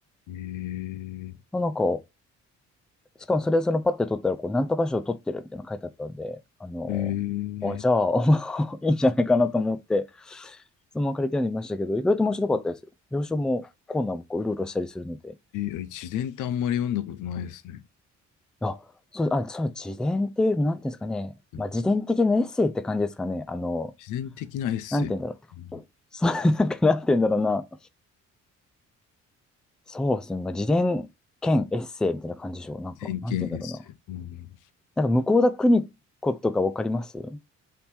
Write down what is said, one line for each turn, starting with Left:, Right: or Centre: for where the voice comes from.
Left: えー、
Centre: まあなんか、しかもそれそのパッて取ったらこう、なんとか賞取ってるみたいなの書いてあったんで、あの、
Left: えー、
Centre: あ、じゃあ
Left: えー
Centre: <laughs>、いいんじゃないかなと思って、そのまま借りて読んでみましたけど、意外と面白かったですよ。要所もコーナーもこう、うろうろしたりするので、
Left: えー自伝ってあんまり読んだことないですね。
Centre: あ、そう、あ、そう、自伝っていうよりも、なんていうんですかね。
Left: うん
Centre: まあ、自伝的なエッセイって感じですかね。あの、
Left: 自伝的なエッセイ。
Centre: なんていうんだろう。
Left: うん
Centre: そう、なんか、なんていうんだろうな。そうですね。まあ、自伝兼エッセイみたいな感じでしょう。なんか、
Left: 自伝系エッセイ。
Centre: なんていうんだろうな。
Left: うん
Centre: なんか、向田邦子とかわかります